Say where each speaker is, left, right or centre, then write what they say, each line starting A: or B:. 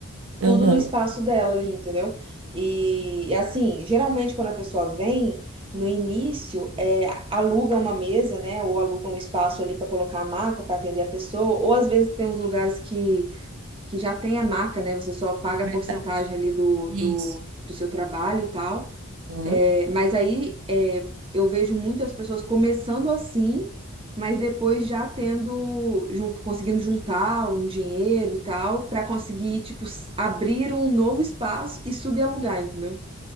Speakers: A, on the right; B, on the right.
A: tudo
B: aham.
A: no espaço dela ali, entendeu? E, e, assim, geralmente quando a pessoa vem, no início, é, aluga uma mesa, né? Ou aluga um espaço ali para colocar a maca para atender a pessoa, ou às vezes tem uns lugares que, que já tem a maca, né? Você só paga a
B: Verdade.
A: porcentagem ali do,
B: Isso.
A: do, do seu trabalho e tal.
B: Aham.
A: Mas aí é, eu vejo muito as pessoas começando assim, mas depois já tendo, jun- conseguindo juntar um dinheiro e tal, para conseguir, tipo, s- abrir um novo espaço e subalugar, entendeu?